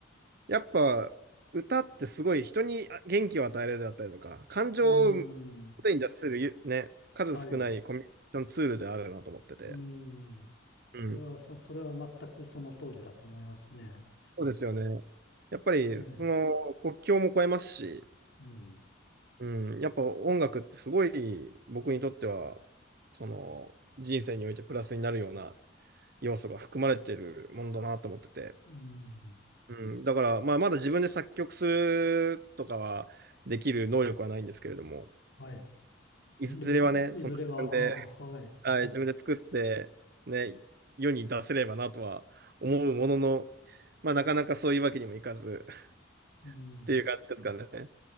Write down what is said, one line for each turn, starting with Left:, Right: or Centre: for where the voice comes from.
Right: やっぱ歌ってすごい人に元気を与えるだったりとか、感情を表
Left: ーん、
Right: に出せるゆね、数少ないコミュニケーションツールであるなと思ってて。
Left: はい。うーん。
Right: うん。
Left: それは、そ、それは全くその通りだと思いますね。
Right: そうですよね。やっぱりその国境も越えますし、
Left: ええ、うん、
Right: うん、やっぱ音楽ってすごい僕にとっては、その人生においてプラスになるような要素が含まれてるものだなと思ってて。
Left: うん、
Right: うん、だから、まあ、まだ自分で作曲するとかはできる能力はないんですけれども、
Left: はい。
Right: いずれはね、
Left: でも、い、いずれは、
Right: その自分で、
Left: ああ、はい。
Right: はい、自分で作って、ね、世に出せればなとは思うものの、まあ、なかなかそういうわけにもいかず <laughs>
Left: うん。
Right: っていう感じですかね。